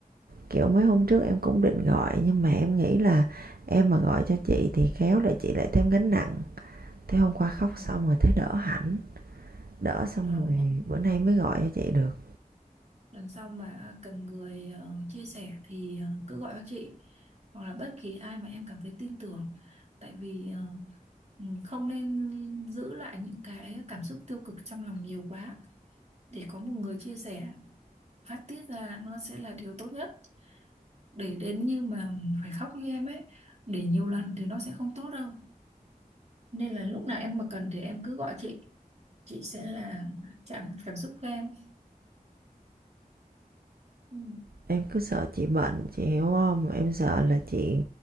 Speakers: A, on the right (about 85°); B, on the right (about 45°).
A: kiểu mấy hôm trước em cũng định gọi nhưng mà em nghĩ là em mà gọi cho chị thì khéo lại chị lại thêm gánh nặng thế hôm qua khóc
B: Ừ.
A: xong rồi thấy đỡ hẳn đỡ xong
B: Trời
A: rồi
B: ơi,
A: bữa nay mới gọi cho chị được
B: lần sau mà cần người ờ, chia sẻ thì ờ, cứ gọi cho chị hoặc là bất kỳ ai mà em cảm thấy tin tưởng tại vì ờ, ừ, không nên giữ lại những cái cảm xúc tiêu cực trong lòng nhiều quá để có một người chia sẻ phát tiết ra nó sẽ là điều tốt nhất để đến như mà phải khóc như em ấy để nhiều lần thì nó sẽ không tốt đâu nên là lúc nào em mà cần thì em cứ gọi chị chị sẽ là chạm cảm xúc của em ừ.
A: em cứ sợ chị bệnh chị hiểu không em sợ là chị